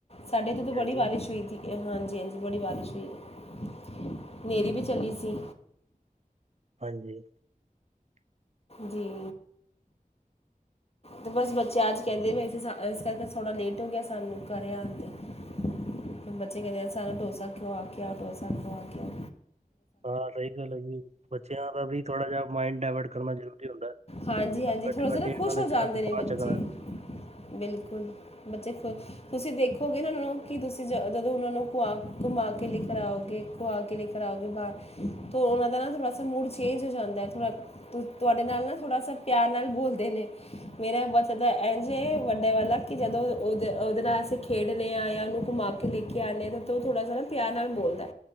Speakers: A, on the left (about 45°); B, on the right (about 50°).
A: ਸਾਡੇ ਇੱਥੇ ਤੋਂ ਬੜੀ
B: ਹਾਂਜੀ
A: ਬਾਰਿਸ਼ ਹੋਈ ਇਹ। ਹਾਂਜੀ ਹਾਂਜੀ ਬਣੀ ਬਾਰਿਸ਼ ਹੋਈ ਐ। ਹਨੇਰੀ ਵਿੱਚ ਕਲੀ ਸੀ।
B: ਹਾਂਜੀ।
A: ਜੀ ਤੇ ਬਸ ਬੱਚੇ ਅੱਜ ਕਹਿੰਦੇ ਵੈੇ ਇਸ ਕਰਕੇ ਥੋੜ੍ਹਾ ਲੇਟ ਹੋ ਗਿਆ ਸਾਨੂੰ ਕਰਿਆ ਆਉਣ ਦੇ ਬੱਚੇ ਕਹਿੰਦੇ ਸਾਨੂੰ ਡੋਸਾ ਖੋਆ ਕੇਆ ਡੋਸਾ ਔਰ ਕਿਆ।
B: ਹਾਂ ਸਹੀ ਗੱਲ ਆ ਜੀ ਬੱਚਿਆਂ ਦਾ ਵੀ, ਥੋੜਾ ਜਿਹਾ ਮਾਂਇਡ ਡਾਇਵਰਟ ਕਰਨਾ ਜਰੂਰੀ ਹੁੰਦਾ।
A: ਹਾਂਜੀ ਹਾਂਜੀ
B: ਘਰ ਬੈਠੇ
A: ਥੋੜਾ ਜਿਹਾ
B: ਬੈਠੇ
A: ਨਾ
B: ਇਹਨਾਂ
A: ਖੁਸ਼ ਹੋ ਜਾਂਦੇ
B: ਤਾਂ ਤੂਫਾਨ
A: ਨੇ ਬੱਚੇ,
B: ਚੱਕਣਾ ਹੈ।
A: ਬਿਲਕੁਲ ਬੱਚੇ ਖੁ ਤੁਸੀਂ ਦੇਖੋ ਇਹਨਾ ਨੂੰ ਕਿ ਤੁਸੀਂ ਜਦੋਂ ਉਹਨਾਂ ਨੂੰ ਖੁਆ ਘੁੰਮਾ ਕੇ ਲੈ ਕੇ ਆਉਗੇ ਖੁਆ ਕੇ ਲੈ ਕਰਾਓਗੇ ਬਾਹਰ ਉਹਨਾਂ ਦਾ ਨਾ ਥੋੜ੍ਹਾ ਸਾ ਮੂਡ ਚੇਂਜ ਹੋ ਜਾਂਦਾ ਥੋੜਾ ਤੁਹਾਡੇ ਨਾਲ ਨਾ ਥੋੜਾ ਸਾ ਪਿਆਰ ਨਾਲ ਬੋਲਦੇ ਨੇ ਮੇਰਾ ਵਸਦਾ ਐ ਜੇ ਵੱਡੇ ਵਾਲਾ ਕਿ ਜਦੋਂ ਉਹਦੇ ਨਾਲ ਅਸੀਂ ਖੇਡ ਰਹੇ ਆਂ ਜਾਂ ਉਹਨੂੰ ਘੁਮਾ ਕੇ ਕਿਨੇ ਤੋਂ ਥੋੜਾ ਥੋੜਾ ਤਿਆ ਨਾਲ ਬੋਲਦਾ।